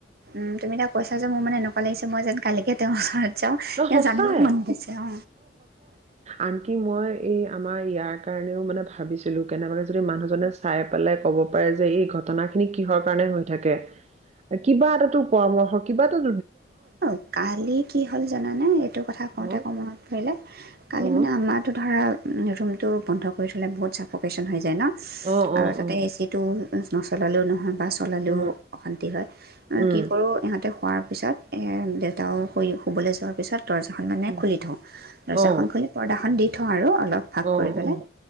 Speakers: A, on the right (about 60°); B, on the right (about 40°).
A: উম তুমি তাক পইছা যে মোৰ মেকা লাগিছে মই যেন কালিকে তেওঁ মাচ
B: ন
A: এ
B: সঁচাই
A: জানিব মন গৈছে অ,
B: আনকি মই এই আমাৰ ইয়াৰ কাৰণেও মানে ভাবিছিলো কেনে মানে যদি মানুহজনে চাই পেলাই কব পাৰে যে এই ঘটনা খিনি কিহৰ কাৰণে হৈ থাকে কিবা এটাাতটো পৰামৰ্শ কিবা এটো
A: অ কালি কি হ'ল জান, উম এইটো কথা কওঁঁতে
B: অ
A: আকৌ মনত পৰিলে। কালি
B: অ
A: মানে আমাৰতো ধৰা ৰুমটো বন্ধ কৰি থ'লে বহুত চাফকেশ্যন হৈ যায় ন,
B: অ
A: আৰু
B: অ
A: তাতে
B: অ
A: এচিটো টেষ্ট মচলা হ'লেও নহয় বা চলালেও
B: উম
A: অশান্তি হয় আৰু
B: উম
A: কি কৰোঁ ইহঁতেও খোৱাত পিছত এয়া দেউতাও শুই শুবলৈ যোৱাৰ পিছত দৰ্জাখন মানে
B: উম
A: খুলি থওঁ আহ্, দৰ্জাখন
B: অ
A: খুলি পৰ্দাখন দি থওঁ আৰু অল অলপ ফাঁক
B: অ অ
A: কৰি পেলাই
B: অ
A: চু